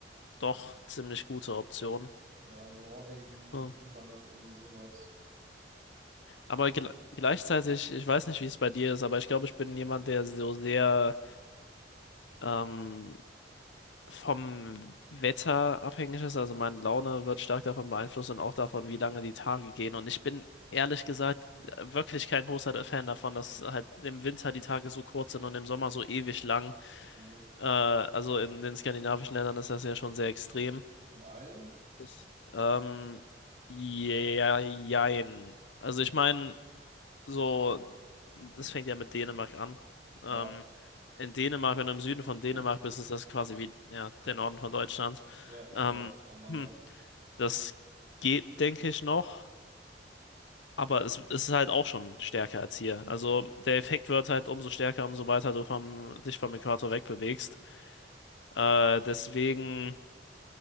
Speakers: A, on the left (about 80°); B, on the right (about 45°).
A: doch ziemlich gute Optionen.
B: Ja, Norwegen,
A: Ja.
B: Finnland, irgendwie sowas.
A: Aber gel gleichzeitig, ich weiß nicht, wie es bei dir ist, aber ich glaube, ich bin jemand, der so sehr ähm, vom Wetter abhängig ist. Also meine Laune wird stark davon beeinflusst und auch davon, wie lange die Tage gehen. Und ich bin ehrlich gesagt wirklich kein großer Fan davon, dass halt im Winter die Tage so kurz sind und im Sommer so ewig lang.
B: Mhm.
A: Äh, also in den skandinavischen Ländern ist das ja schon sehr extrem.
B: In allen?
A: Das, Ähm, ja, jein. Also ich meine so, das fängt ja mit Dänemark an. Ähm,
B: Ja. <clears throat>
A: in Dänemark, wenn du im Süden von Dänemark
B: Hm.
A: bist, ist das quasi wie, ja, der Norden von Deutschland.
B: Ja, ist
A: Ähm,
B: ja aneinander.
A: hm, das geht, denke ich, noch, aber es, es ist halt auch schon stärker als hier. Also der Effekt wird halt umso stärker, umso weiter du vom, dich vom Äquator wegbewegst. Äh, deswegen.